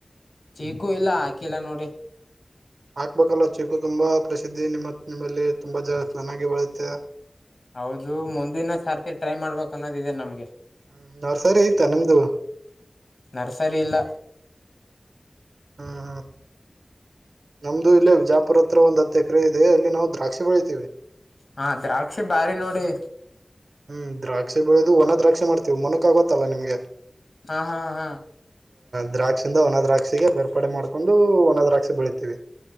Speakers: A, on the left; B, on the right.
A: ಚೀಕೂ ಇಲ್ಲ ಹಾಕಿಲ್ಲಾ ನೋಡಿ
B: ಹಾಕ್ಬೇಕಲ್ಲ ಚೀಕು ತುಂಬಾ ಪ್ರಸಿದ್ಧಿ ನಿಮ್ಮ ನಿಮ್ಮಲ್ಲಿ ತುಂಬಾ ಚನ್ನಾಗಿ ಬೆಳತ್ತೆ
A: ಹೌದು ಮುಂದಿನ ಸಾರ್ತಿ ಟ್ರೈ ಮಾಡ್ಬೇಕ ಅನ್ನೋದು ಇದೆ ನಮ್ಮ ಗೆ
B: ಹ್ಮ ನರ್ಸರಿ ಐತಾ ನಿಮ್ದು
A: ನರ್ಸರಿ ಇಲ್ಲ
B: ಹ್ಮ್ ಹ್ಮ್ ನಮ್ಮದು ಇಲ್ಲೆ ವಿಜಾಪುರ ಹತ್ರ ಒಂದ್ ಹತ್ತು ಎಕರೆ ಇದೆ ಅಲ್ಲಿ ನಾವು ದ್ರಾಕ್ಷಿ ಬೆಳಿತೀವಿ
A: ಹಾ ದ್ರಾಕ್ಷಿ ಬಾಳೀ ನೋಡಿ
B: ಹ್ಮ್ ದ್ರಾಕ್ಷಿ ಬೆಳ್ಳಿದು ಒಣ ದ್ರಾಕ್ಷಿ ಮಾಡ್ತೀವಿ ಮುನಕ್ ಆ ಗೋತ್ತಲ್ಲಾ ನಿಮ್ಗೆ
A: ಹಾಆ ಹಾಆ ಹಾಆ
B: ದ್ರಾಕ್ಷಿಯಿಂದ ಒನ ದ್ರಾಕ್ಷಿಗೆ ಬೇರ್ಪಡೆ ಮಾಡ್ಕೊಂಡು ಒನ ದ್ರಾಕ್ಷಿ ಬೆಳಿತೇವಿ